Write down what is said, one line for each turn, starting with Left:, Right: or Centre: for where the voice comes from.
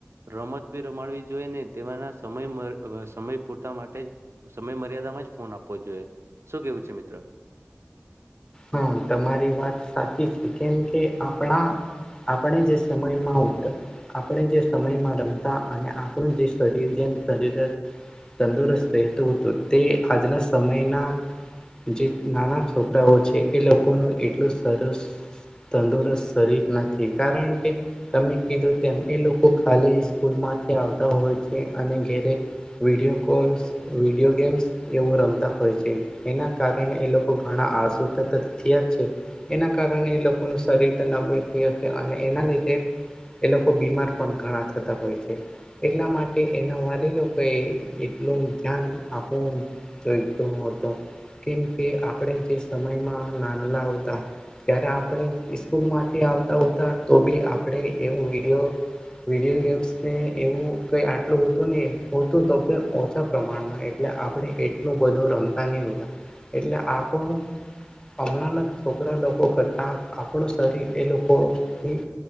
Right: રમત બી રમાડવી જોઈએ ને, તેમાંના સમય મ સમય પૂરતા માટે જ સમય મર્યાદામાં જ ફોન આપવો જ જોઈએ, શું કેવું છે? મિત્રો.
Left: હા, તમારી વાત સાચી છે. કેમ કે આપણા આપણે જે સમયમાં ઉતર આપણે જે સમયમાં રમતા અને આપણું જે શરીર જેમ શરીર તંદુરસ્ત રહેતો હતો, તે આજના સમયના જે નાના છોકરાઓ છે, એ લોકો નું એટલું સરસ. તંદુરસ્ત શરીર નથી, કારણ કે તમે કીધું તેમ એ લોકો ખાલી સ્કૂલમાંથી આવતા હોય છે, અને ઘરે વીડયો કોલસ. વિડીયો ગેમ્સ એવું રમતા હોય છે, એના કારણે એ લોકો ઘણા આસ થીયા છે. એના કારણે એ લોકોનું શરીર નબળુહશે, અને એના લીધે એ લોકો બીમાર પણ ઘણા થતા હોય છે. એટલા માટે એના વાલી ઓ એ એટલું ધ્યાન આપવું. જોઈતો હતો, કેમ કે આપણે જે સમયમાં નાનલા હતા. ત્યારે આપણે સ્કૂલ માંથી આવતા હોતા, તો બી આપણે એવો વિડીયો વિડીયો ગેમ્સ ને, એવું કઈ આટલું હતું નહી, હ તો તો ઓછા. પ્રમાણમાં એટલે આપણે એટલું બધું રમતા નહીં હોતા, એટલે આપણે હમણાંના છોકરા લોકો કરતા, આપણું શરીર એ લોકોથી